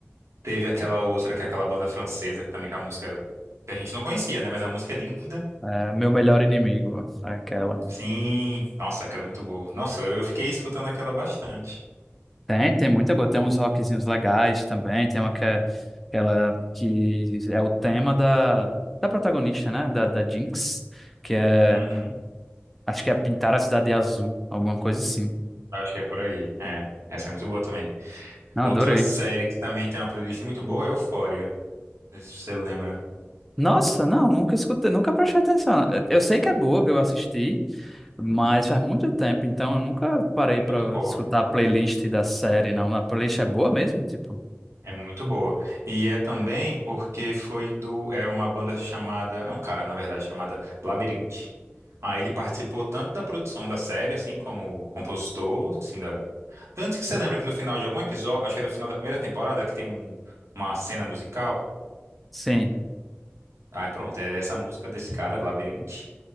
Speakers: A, on the right; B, in the centre.
A: Teve aquela outra, que é aquela banda francesa, que também que é a música que a gente não conhecia, né? Mas a música é linda.
B: É, Meu Melhor Inimigo, aquela.
A: Sim, nossa, aquela é muito boa. Nossa, eu fiquei escutando aquela bastante.
B: Tem, tem muita boa. Tem uns rockzinhos legais também. Tem uma que é aquela que é o tema da, da protagonista, né? Da, da Jinx, que é.
A: Uhum.
B: Acho que é pintar a cidade de azul, alguma coisa assim.
A: Eu acho que é por aí. É, essa é muito boa também.
B: Não,
A: Outra
B: adorei.
A: série que também tem uma playlist muito boa é Euphoria. Não sei se você lembra.
B: Nossa, não, nunca escutei, nunca prestei atenção. Eu sei que é boa, que eu assisti, mas faz muito tempo, então eu nunca parei
A: Muito
B: pra
A: boa.
B: escutar a playlist da série, não. A playlist é boa mesmo, tipo.
A: É muito boa. E é também porque foi do. É uma banda chamada. É um cara, na verdade, chamada Labyrinth. Aí ele participou tanto da produção da série, assim, como compositor, assim, da Tanto que você lembra que no final de algum episódio, acho que é no final da primeira temporada, que tem um- uma cena musical.
B: Sim.
A: Aí pronto, é essa música desse cara, Labirinte.